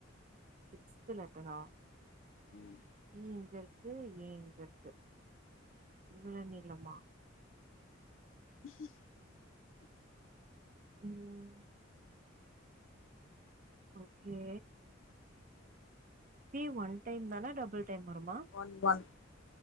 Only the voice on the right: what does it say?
சிக்ஸ்த்து லெட்டரா
ஏ எங்க இருக்கு ஏ எங்க இருக்கு இவ்வலா நீலமா
உம் ஓக்கே பி ஒன் டைம் தானே டபுள் டைம் வருமா